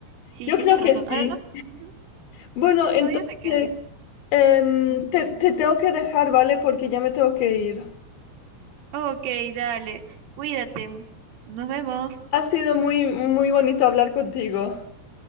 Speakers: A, on the right; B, on the left.
A: Sí,
B: Yo
A: tienes
B: creo
A: razón.
B: que sí.
A: Además, ujú,
B: Bueno, entonces,
A: todavía me queda.
B: em,
A: Ujú.
B: te, te tengo que dejar, ¿vale? Porque ya me tengo que ir.
A: Ok, dale, cuídate. Nos vemos.
B: Ha sido muy, muy bonito hablar contigo.